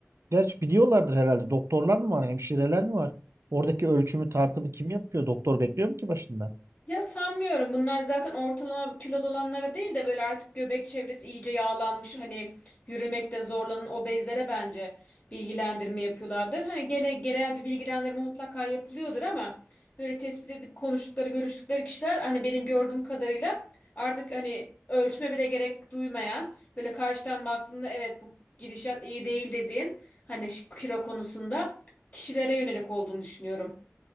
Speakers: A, on the right; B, on the left.
A: gerçi biliyorlardır herhalde doktorlar mı var, hemşireler mi var? Oradaki ölçümü tartımı kim yapıyor? Doktor bekliyor mu ki başında?
B: Ya sanmıyorum. Bunlar zaten ortalama kilo dolanlara değil de böyle artık göbek çevresi iyice yağlanmış hani yürümekte zorlanan obezlere bence bilgilendirme yapıyorlardır. Hani gene genel bir bilgilendirme mutlaka yapılıyordur ama böyle tespit edip konuştukları, görüştükleri kişiler hani benim gördüğüm kadarıyla artık hani ölçme bile gerek duymayan böyle karşıdan baktığında evet bu gidişat iyi değil dediğin hani şu kilo konusunda kişilere yönelik olduğunu düşünüyorum.